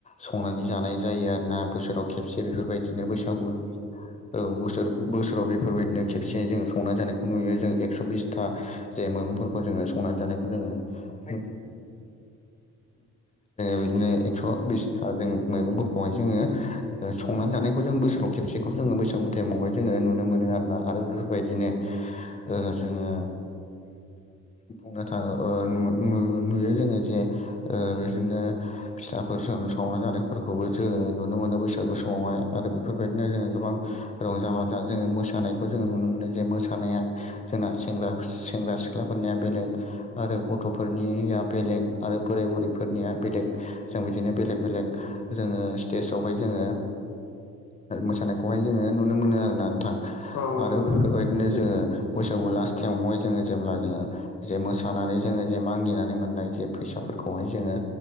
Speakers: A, on the left (about 25°); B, on the left (about 80°).
A: संनानै जानाय जायो आरोना बोसोराव खेबसे बेफोरबायदिनो बैसागु औ बोसोर बोसोराव बे बेफोरबादिनो खेबसे सानायखौ नुयो जोङो एखस' बिसथा मैगंफोरखौ जोङो संनानै जानायखौ जोङो जोङो बिदिनो एकस' बिसथा जों मैगंफोरखौहाय जोङो संनानै जानो नायखौ जों बोसोराव खबसेखौ जोङो बैसागु थायेमावहाय जोङो नुनो मोन आरो ना आरो बेफोरबायदिनो ओ जोङो बुंनो थाङो ओ नुयो जोङो जे ओ बिदिनो फिथ्लाफोरजों संनानै जानायफोरखौबो जोङो नुनो मोनो बैसागु समावहाय आरो बेफोरबायदिनो जोङो गोबां रंजा बाजा जोङो मोसानाय जोङो नुनो मोनो जे मोसानाया जोंना सेंग्रा सिख्लाफोरनिया बेलेग आरो गथ' फोरनिया बेलेग आरो बोराय बुरैफोरनिया बेलेग जों बिदिनो बेलेग बेलेग जोङो स्टेजावहाय जोङो मोसानायखौहाय जोङो नुनो मोनो आरोना नोंथां
B: औ नंगौ
A: आरो
B: नोंथां
A: बेफोरबायदिनो जोङो बैसागु लास्ट टाइमावहाय जोङो जेब्ला जोङो जे मोसानानै जोङो जे मागिनानै मोननाय जे फैसाफोरखौहाय जोङो